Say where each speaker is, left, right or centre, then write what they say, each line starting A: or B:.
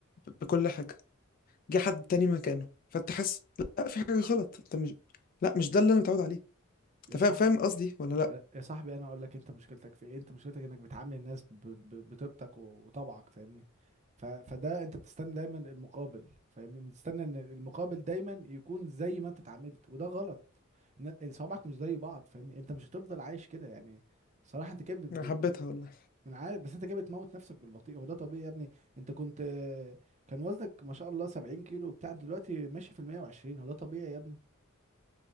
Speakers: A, on the left; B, on the right.
A: ب- بكل حاجه جه حد تاني مكانه فتحس لا في حاجة غلط انت مش لا مش ده اللي انا متعود عليه انت
B: يا
A: فاهم
B: صاحبي
A: فاهم قصدي ولا لا
B: يا يا صاحبي انا اقول لك انت مشكلتك في ايه انت مشكلتك انك بتعامل الناس ب- ب- بطيبتك و- وطبعك فاهمني ف... فده انت بتستنى دايما المقابل فاهمني بتستنى ان المقابل دايما يكون زي ما انت اتعاملت وده غلط إن- صوابعك مش زي بعض فاهمني انت مش هتفضل عايش كده يعني صراحة انت كده ب...
A: انا حبيتها
B: ب... ب-
A: والله
B: من عارف بس انت كده بتموت نفسك بالبطيء هو ده طبيعي يا ابني انت كنت كان وزنك ما شاء الله 70 كيلو بتاع انت دلوقتي ماشي في ال 120 هو ده طبيعي يا ابني